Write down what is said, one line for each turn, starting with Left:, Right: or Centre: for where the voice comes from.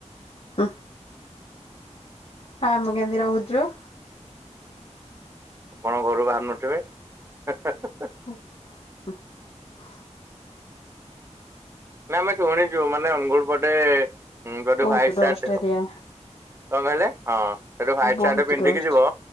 Left: ହୁଁ। ଆମେ କେମିତି ରହୁଛୁ?
Right: କଣ ଘରୁ ବାହାରୁ ନଥିବେ? ହେଁ ହେଁ ହେଁ।
Left: <inaudible>
Right: ନାଇଁ ଆମେ ଶୁଣିଛୁ ମାନେ ଅନୁଗୁଳ ପଟେ ଯଦି
Left: ବହୁତ
Right: ହାଇଟ୍
Left: ଡଷ୍ଟ
Right: ସାର୍ଟ।
Left: ଏରିଆ
Right: କଣ କହିଲେ? ହଁ ସେଠୁ ହ୍ୱଵାଇଟ୍
Left: ବହୁତ
Right: ସାର୍ଟ ପିନ୍ଧିକି
Left: ଡଷ୍ଟ।
Right: ଯିବ।